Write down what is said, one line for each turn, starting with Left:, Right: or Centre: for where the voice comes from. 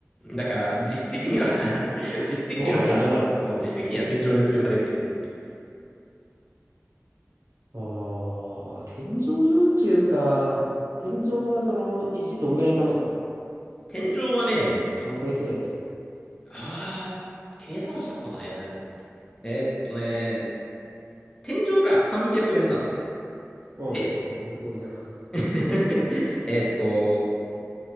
Left: だから、実質的には
Right: そうなんですね
Left: <laughs> 実質的には、
Right: もうほぼ天井だろうね。
Left: あの、そう、実質的には天井を要求されてるっていう。
Right: ああ、天井要求か。天井はその石どんぐらい溜まるの
Left: 天井はね、
Right: 何ヶ月ぐらいで。
Left: あー計算したことがないな。えーっとね、天井が300連なんだよ。
Right: うん、
Left: で、
Right: うんうん多いな。
Left: <laughs> えーっと、